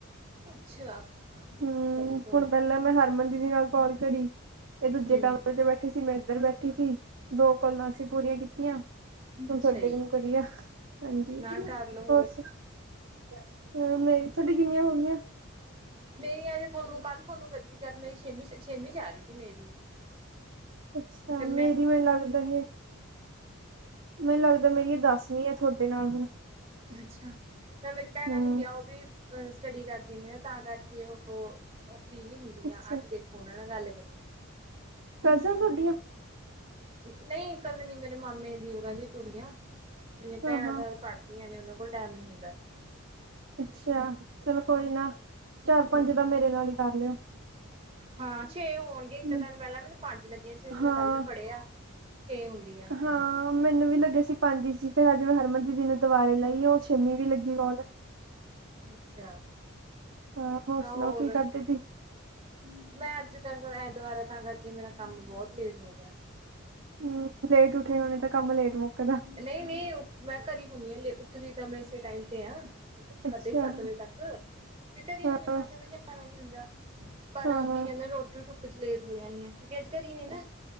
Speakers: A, on the right; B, on the right.
A: ਅੱਛਾ
B: ਹਮ
A: ਚਲੋ ਕੋਈ
B: ਹੁਣ
A: ਨੀ
B: ਪਹਿਲਾਂ ਮੈਂ ਹਰਮਨਦੀਦੀ ਨਾਲ ਕਾਲ ਕਰੀ ਇਹ ਦੂਜੇ
A: ਹੂੰ
B: ਕਮਰੇ ਚ ਬੈਠੀ ਸੀ ਮੈਂ ਇੱਧਰ ਬੈਠੀ ਸੀ ਦੋ ਕੋਲਾਂ ਅਸੀਂ ਪੂਰੀਆਂ ਕੀਤੀਆਂ ਹੁਣ
A: ਅੱਛਾ
B: ਤੁਹਾਡੇੇ
A: ਜੀ
B: ਨੂੰ ਕਰੀਆ ਹਾਂਜੀ
A: ਨਾ ਕਰ ਲਓ
B: ਹੋਰ ਹ ਮੇਰੀ ਤੁਹਾਡੀ ਕਿੰਨੀਆਂ ਹੋ ਗਈਆਂ
A: ਮੇਰੀ ਆਜੇ ਤੁਹਾਨੂੰ ਕੱਲ੍ਹ ਤੁਹਾਨੂੰ ਕੀਤੀ ਜਦ ਮੇਰੀ ਛੇਵੀ ਛੇਵੀਂ ਚ ਆ ਰਹੀ ਸੀ ਮੈਂ ਬੀ
B: ਅੱਛਾ
A: ਫਿਰ
B: ਮੇਰੀ ਮਨ ਲੱਗਦਾ ਹੈ ਮੈਨੂੰ ਲੱਗਦਾ ਮੇਰੀਆਂ ਦੱਸ ਨਹੀਂ ਤੁਹਾਡੇ ਨਾਲ ਹੁਣ
A: ਅੱਛਾ ਮੈਂ ਮੇਰੀ ਭੈਣਾਂ
B: ਹਮ
A: ਨੂੰ ਕਿਹਾ ਉਹ ਵੀ ਬਸ ਸਟੱਡੀ ਕਰ ਦਿੰ ਨੇ ਆ ਤਾਂ ਕਰਕੇ ਉਹ ਉਹ ਫਰੀ ਨੀ ਹੁੰਦੀਆਂ
B: ਅੱਛਾ
A: ਅੱਜ ਦੇਖੋ ਉਹਨਾਂ ਨਾ ਗੱਲ ਕਰੂੰਗੀ
B: ਕਜ਼ਨ ਤੁਹਾਡੀਆਂ
A: ਨਹੀਂ ਕਜਨ ਹੀ ਮੇਰੇ ਮਾਮੇ ਦੀ ਉਨਾਂ ਦੀ ਕੁੜੀ ਆ ਜਿਨੀਆਂ
B: ਹਾਂ
A: ਭੈਣਾਂ
B: ਹਾਂ
A: ਤਾਂ ਪੜ੍ਹਦੀਆਂ ਨੇ ਉਹਨਾਂ ਨੂੰ ਕੋਲ ਟਾਈਮ ਨਹੀਂ ਹੁੰਦਾ
B: ਅੱਛਾ ਚਲੋ ਕੋਈ ਨਾ ਚਾਰ ਪੰਜ
A: ਹਮ
B: ਦਾ ਮੇਰੇ ਨਾਲ ਹੀ ਕਰ ਲਿਓ
A: ਹਾਂ ਛੇ ਹੋਣਗੇ
B: ਹੂੰ,
A: ਇੱਕ ਦਿਨ ਪਹਿਲਾਂ ਮੈਨੂੰ ਪੰਜ ਲੱਗੀਆਂ ਸੀ ਮੈਂ
B: ਹਾਂ
A: ਕੱਲ ਪੜ੍ਹਿਆ ਛੇ ਹੁੰਦੀਆਂ ਨੇ
B: ਹਾਂ ਮੈਨੂੰ ਵੀ ਲੱਗਿਆ ਸੀ ਪੰਜ ਸੀ ਭੈਣਾਂ ਹਰਮਨ ਦੀ ਜੀ ਨੂੰ ਦੁਬਾਰੇ ਲਾਈ ਉਹ ਛੇਵੀ ਵੀ ਲੱਗੀ ਕੋਲ
A: ਅੱਛਾ
B: ਹਾਂ
A: ਨਾ
B: ਸੁਣਾਓ
A: ਹੋਰ
B: ਕੀ ਕਰਦੇ ਤੀ
A: ਮੈਂ ਅੱਜ ਤ ਦੁਬਾਰਾ ਤਾਂ ਕਰਕੇ ਮੇਰਾ ਕੰਮ ਬਹੁਤ ਲੇਟ ਹੋ ਗਿਆ
B: ਹਮ ਲੇਟ ਉੱਠੇ ਹੋਣੇ ਤਾਂ ਕੰਮ ਲੇਟ ਮੁੱਕਦਾ
A: ਨਹੀਂ ਨਹੀਂ ਮੈਂ ਕਰੇ ਹੁੰਦੀ ਹ ਉੱਠਦੀ ਤਾਂ ਮੈਂ ਇਸੇ ਟਾਈਮ ਤੇ ਆ ਸਾਢੇ
B: ਅੱਛਾ।
A: ਕੁ ਸੱਤ ਵਜੇ ਤੱਕ ਵੀ ਘਰੇ
B: ਹਾਂ,
A: ਹਨ ਮੈਂ
B: ਹਾਂ,
A: ਕਦੇ ਜਾਣਾ ਨੀ ਹੁੰਦਾ ਪਰ
B: ਹਾਂ ਹਾਂ
A: ਕੀ ਕਹਿੰਦੇ ਰੋਟੀ ਟ ਕੁਝ ਲੇਟ ਹੋ ਜਾਂਦੀ ਕਿਉਂਕਿ ਅੱਜ ਕਰੀਂ ਨਾ